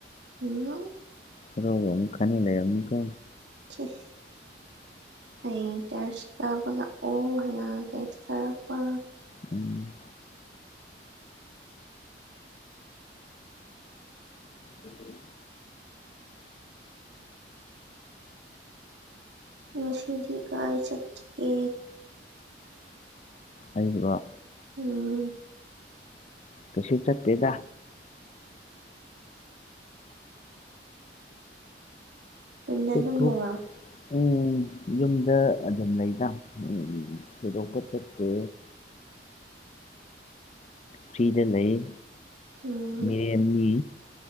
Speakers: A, on the right (about 80°); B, on the left (about 40°).
A: ꯎꯝ
B: ꯔꯧ ꯔꯣ ꯃꯨ ꯈꯅꯦ ꯂꯩ ꯑꯃꯨꯀꯣ
A: ꯑ ꯍꯌꯦꯡ ꯆꯔꯁ ꯀꯥꯕ ꯂꯥꯛꯑꯣ ꯍꯥꯏꯅ ꯇꯦꯛꯁ ꯊꯥꯔꯛꯄ
B: ꯎꯝ ꯎꯝ
A: ꯉꯁꯤꯗꯤ ꯀꯥꯏ ꯆꯠ ꯀꯦ
B: ꯑꯩꯕꯨꯔꯣ
A: ꯎꯝ
B: ꯀꯔꯤꯁꯨ ꯆꯠꯇꯦꯗ
A: ꯌꯨꯝꯗ
B: ꯊꯨꯛ
A: ꯑꯗꯨꯝ
B: ꯊꯨꯛ
A: ꯂꯩꯕ꯭ꯔꯣ
B: ꯎꯝ ꯌꯨꯝꯗ ꯑꯗꯨꯝ ꯂꯩꯗ ꯎꯝ ꯊꯣꯏꯗꯣꯛꯄ ꯆꯠꯇꯦ
A: <inaudible>
B: ꯐꯔꯤꯗ ꯂꯩ
A: ꯎꯝ
B: ꯃꯤꯔ꯭ꯦꯝꯅꯤ